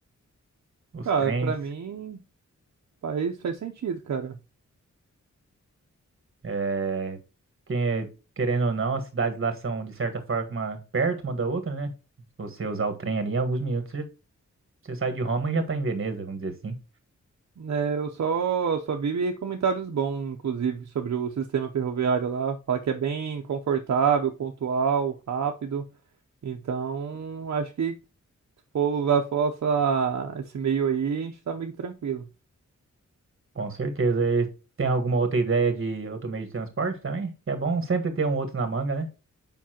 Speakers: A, on the right (about 45°); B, on the right (about 65°).
A: Os
B: Cara,
A: trens.
B: pra mim faz, faz sentido, cara.
A: É, que- querendo ou não, as cidades lá são de certa forma perto uma da outra, né? Se você usar o trem ali, em alguns minutos você, você sai de Roma e já está em Veneza, vamos dizer assim.
B: É, eu só, só vi comentários bons, inclusive, sobre o sistema ferroviário lá. Fala que é bem confortável, pontual, rápido. Então, acho que se for usar só essa, esse meio aí, a gente tá meio que tranquilo.
A: Com certeza. E tem alguma outra ideia de outro meio de transporte também? É bom sempre ter um outro na manga, né?